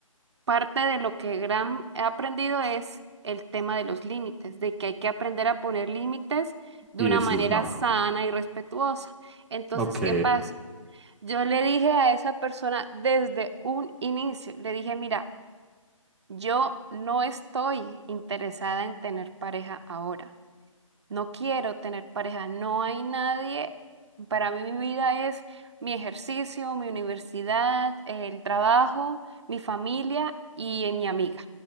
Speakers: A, on the right (about 55°); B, in the centre.
A: parte de lo que gran he aprendido es el tema de los límites, de que hay que aprender a poner límites de
B: Y
A: una
B: decir
A: manera
B: no.
A: sana y respetuosa. Entonces,
B: Ok.
A: ¿qué pasa? Yo le dije a esa persona desde un inicio, le dije, mira, yo no estoy interesada en tener pareja ahora. No quiero tener pareja. No hay nadie. Para mí mi vida es mi ejercicio, mi universidad, el trabajo, mi familia y eh, mi amiga.